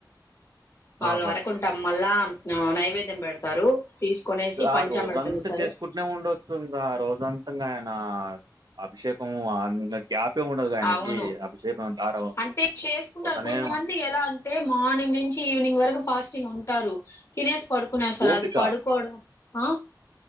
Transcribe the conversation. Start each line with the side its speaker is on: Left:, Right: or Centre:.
Left: ట్వల్
Right: ఆహా!
Left: వరకుంటాం మళ్ళా నైవేద్యం పెడతారు తీసుకొనేసి
Right: ఆ
Left: పంచామృతం
Right: రోజంతా
Left: ఇస్తారు
Right: చేసుకుంటేనే ఉండొచ్చు ఇంకా ఆ రోజు ఉంతంగా ఆయన అభిషేకం అ గ్యాపే ఉండదు ఆయనకి
Left: అవును
Right: అభిషేకం దారం
Left: అంటే చేసుకుంటారు
Right: పోతనే
Left: కొంతమంది ఎలా అంటే మార్నింగ్ నుంచి ఈవినింగ్ వరకు ఫాస్టింగ్ ఉంటు ఉంటారు తినేసి పడుకునే సార్
Right: ఓపిక.
Left: అది పడుకోవడం ఆ